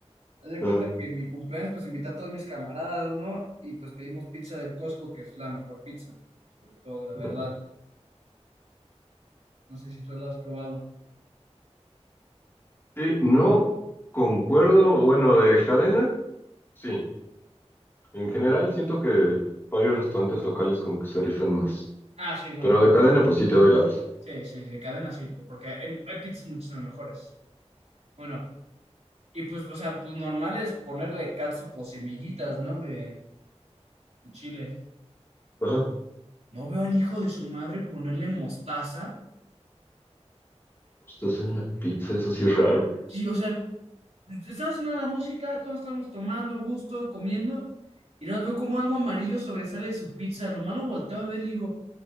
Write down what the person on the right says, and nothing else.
Haz de
cuenta que en mi cumpleaños, pues invité a todos mis camaradas, ¿no? Y pues pedimos pizza del Costco, que es la mejor pizza, sobre todo, la verdad.
No sé si tú la has probado.
Ah, sí, no,
claro.
Sí, sí, de cadena sí, po- porque hay, hay pizzas muchísimo mejores. Bueno, y pues, o sea, pues normal es ponerle catsup o semillitas, ¿no? De, de chile.
No veo al hijo de su madre ponerle mostaza.
Sí, o sea, estaba sonando la música, todos estamos tomando, a gusto, comiendo, y luego veo como algo amarillo sobresale de su pizza. Nomás lo volteo a ver, le digo,